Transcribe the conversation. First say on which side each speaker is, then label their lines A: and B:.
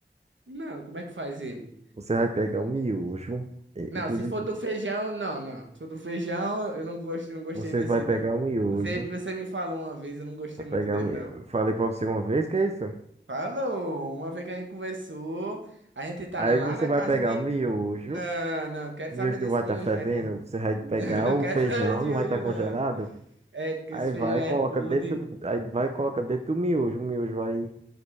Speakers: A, on the right (about 75°); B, on the right (about 35°).
A: Não, como é que faz ele?
B: Você vai pegar o miojo, eh,
A: Não,
B: inclusive
A: se for do feijão, não, não. Se for do feijão, eu não gosto, não gostei
B: Você
A: desse,
B: vai pegar
A: não.
B: o miojo.
A: Você, você me falou uma vez, eu não gostei
B: Vai pegar
A: muito dele,
B: o miojo.
A: não.
B: Falei pra você uma vez que é isso?
A: Falou! Uma vez que a gente conversou, a gente tava
B: Aí
A: lá
B: você
A: na
B: vai
A: casa
B: pegar
A: de...
B: o miojo.
A: Não, não, quero
B: O
A: saber
B: miojo
A: desse
B: não vai estar
A: miojo,
B: fervendo.
A: velho.
B: Você vai
A: Não,
B: pegar
A: <laughs> não
B: o
A: quero
B: feijão,
A: saber desse
B: não
A: miojo,
B: vai estar congelado.
A: não. É, que
B: Aí
A: esse
B: vai,
A: feijão é
B: coloca
A: podre.
B: dentro. Aí vai, coloca dentro do miojo. O miojo vai,